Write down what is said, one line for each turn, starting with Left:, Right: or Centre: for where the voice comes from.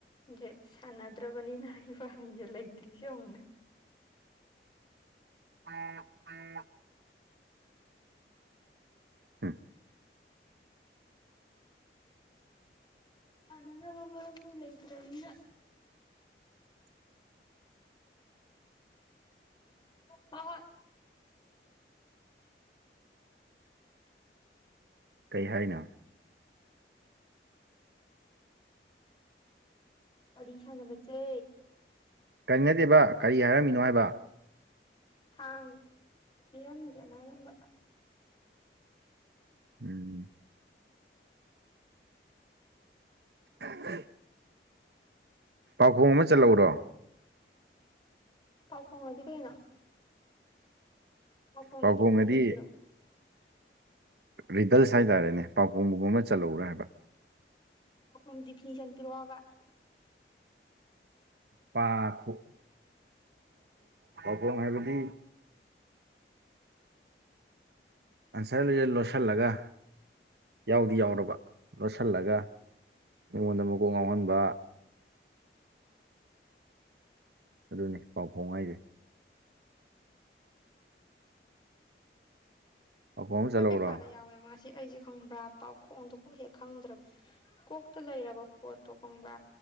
Left: ꯦ ꯁꯥꯟꯅꯗ꯭ꯔꯕꯅꯤ ꯅꯅꯥ ꯄꯅꯤꯒꯤꯦ ꯂꯩꯇ꯭ꯔꯤꯁꯧꯅ
Right: ꯎꯝ ꯎꯝ ꯎꯝ
Left: ꯅꯪ ꯂꯩꯇ꯭ꯔꯦ ꯏ
Right: <inaudible>
Left: ꯍ ꯍꯣꯏ
Right: ꯀꯩ ꯍꯥꯏꯅꯣ
Left: ꯑꯔꯤ ꯁꯥꯟꯅꯕꯖꯦ
Right: ꯀꯔꯤ ꯅꯠꯇꯦꯕ ꯀꯔꯤ ꯍꯥꯏꯔꯝꯃꯤꯅꯣ ꯍꯥꯏꯕ
Left: ꯊꯥꯡ ꯄꯤꯔꯝꯒꯦꯅꯔꯝꯕ
Right: ꯎꯝ <unintelligible> ꯄꯥꯎꯈꯣꯡ ꯑꯃ ꯆꯠꯂꯧꯔꯣ
Left: ꯄꯥꯎꯈꯣꯡꯗꯤ ꯀꯩꯅꯣ ꯄꯥꯎꯈꯨꯝꯒꯤ
Right: ꯄꯥꯎꯈꯣꯡꯑꯗꯤ
Left: ꯗꯤꯐꯤꯅꯤꯁꯟ ꯄꯤꯔꯛ ꯑꫭ
Right: ꯔꯤꯗꯜꯁ ꯍꯥꯏꯇꯥꯔꯦꯅꯦ ꯄꯥꯎꯈꯨꯝꯒꯨꯝꯕ ꯑꯃ ꯆꯜꯂꯧꯔꯥ ꯍꯥꯏꯕ
Left: ꯄꯥꯎꯈꯨꯝ ꯗꯤꯐꯤꯅꯤꯁꯟ ꯄꯤꯔꯣꯍꯕ
Right: ꯄꯥ ꯈꯣꯡ ꯄꯥꯎꯈꯣꯡ ꯍꯥꯏꯕꯗꯤ ꯑꯟꯁꯔ ꯂ ꯂꯣꯠꯁꯜꯂꯒ ꯌꯥꯎꯗꯤ ꯌꯥꯎꯔꯕ ꯂꯣꯠꯁꯜꯂꯒ ꯃꯤꯉꯣꯟꯗ ꯃꯀꯣꯛ ꯉꯥꯎꯍꯟꯕ ꯑꯗꯨꯅꯦ ꯄꯥꯎꯈꯣꯡ ꯍꯥꯏꯖꯦ ꯄꯥꯎꯈꯣꯡ ꯑꯃ ꯆꯠꯍꯧꯔꯣ
Left: ꯍꯣꯏ ꯄꯩꯈꯥꯗ ꯌꯥꯎꯋꯦꯕ ꯉꯁꯤ ꯑꯩꯁꯦ ꯈꯪꯕ꯭ꯔꯥ ꯄꯥꯎꯈꯣꯡꯗꯨꯕꯨ ꯍꯦꯛ ꯈꯪꯗ꯭ꯔꯕ꯭ꯔꯥ ꯀꯣꯛꯇ ꯂꯩꯔꯕ ꯄꯣꯠꯇꯣꯒꯨꯝꯕ꯭ꯔꯥ